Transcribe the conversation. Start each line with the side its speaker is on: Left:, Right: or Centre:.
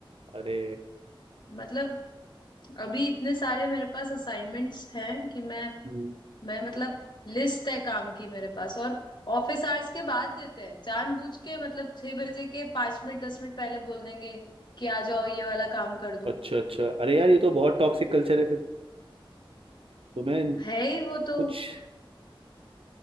Right: अरे
Left: मतलब अभी इतने सारे मेरे पास असाइनमेंट्स हैं कि मैं
Right: हम्म,
Left: मैं मतलब लिस्ट है काम की मेरे पास और ऑफिस आवर्स के बाद देते हैं जानबूझ के मतलब छह बजे के पांच मिनट दस मिनट पहले बोल देंगे कि आ जाओ ये वाला काम कर दो
Right: अच्छा अच्छा अरे यार ये तो बहुत टॉक्सिक कल्चर है फिर तुम्हें
Left: है ही वो तो
Right: कुछ